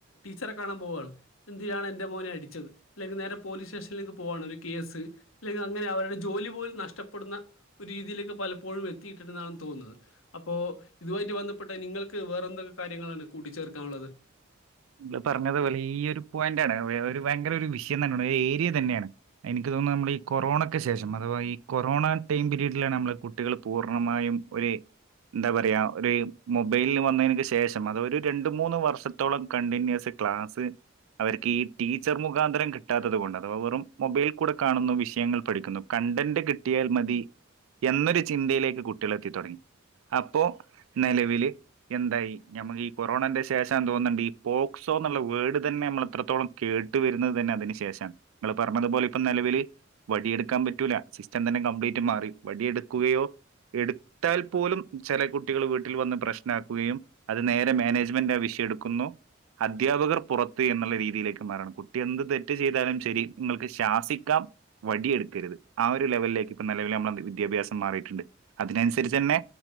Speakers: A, on the left; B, on the right.
A: ടീച്ചറെ കാണാൻ പോവാണ് എന്തിനാണ് എന്റെ മോനെ അടിച്ചത് അല്ലെങ്കിൽ നേരെ പോലീസ് സ്റ്റേഷനിലേക്ക് പോവാണ് ഒരു കേസ് അല്ലെങ്കിൽ അങ്ങനെ അവരുടെ ജോലി പോലും നഷ്ടപ്പെടുന്ന ഒരു രീതിയിലേക്ക് പലപ്പോഴും എത്തിയിട്ടുണ്ടെന്നാണ് തോന്നുന്നത് അപ്പോ ഇതുമായിട്ട് ബന്ധപ്പെട്ട നിങ്ങൾക്ക് വേറെ എന്തൊക്കെ കാര്യങ്ങളാണ് കൂട്ടിച്ചേർക്കാനുള്ളത്
B: ഇങ്ങള് പറഞ്ഞത് വലിയൊരു പോയന്റ് ആണ് വ ഒരു വയങ്കര ഒരു വിഷ് <unintelligible> ഏരിയ തന്നെയാണ് എനിക്ക് തോന്നുന്നത് നമ്മൾ ഈ കൊറോണക്ക് ശേഷം അഥവാ ഈ കൊറോണ ടൈം പീരീഡിലാണ് നമ്മള് കുട്ടികൾ പൂർണ്ണമായും ഒരു എന്താ പറയുക ഒരു മൊബൈലന് വന്നതിക്ക് ശേഷം അത് ഒരു രണ്ട മൂന്ന് വർഷത്തോളം- കണ്ടിന്യൂസ് ക്ലാസ്സ് അവർക്ക് ഈ ടീച്ചർ മുഖാന്തരം കിട്ടാത്തത് കൊണ്ട് അഥവാ വെറും മൊബൈൽ കൂടെ കാണുന്നു വിഷയങ്ങൾ പഠിക്കുന്നു കണ്ടന്റ് കിട്ടിയാൽ മതി എന്നൊരു ചിന്തയിലേക്ക് കുട്ടികൾ എത്തിത്തുടങ്ങി അപ്പോ നിലവിൽ എന്തായി നമക്ക് ഈ കൊറോണന്റെ ശേഷം തോന്നുന്നുണ്ട് ഈ- പോക്സോ എന്നുള്ള വേഡ് തന്നെ നമ്മൾ എത്രത്തോളം കേട്ട് വരുന്നത് തന്നെ അതിനന് ശേഷമാണ് നമ്മൾ പറഞ്ഞതുപോലെ ഇപ്പം നിലവിൽ വടിയെടുക്കാൻ പറ്റൂല സിസ്റ്റം തന്നെ കംപ്ലീറ്റ് മാറി വടിയെടുക്കുകയോ എടുത്താൽ പോലും ചില കുട്ടികൾ വീട്ടിൽ വന്ന് പ്രശ്നക്കുകയും അത് നേരെ മാനേജ്മെന്റ് ആവശ്യം എടുക്കുന്നു അധ്യാപകർ പുറത്ത് എന്നുള്ള രീതിയിലേക്ക് മാറണം കുട്ടി എന്ത് തെറ്റ് ചെയ്താലും ശരി നിങ്ങൾക്ക് ശാസിക്കാം വടിയ എടുക്കരുത് ആ ഒരു ലെവലിലേക്ക് ഇപ്പ നിലവിൽ നമ്മൾ വിദ്യാഭ്യാസം മാറിയിട്ടുണ്ട് അതിനനുസരിച്ച് തന്നെ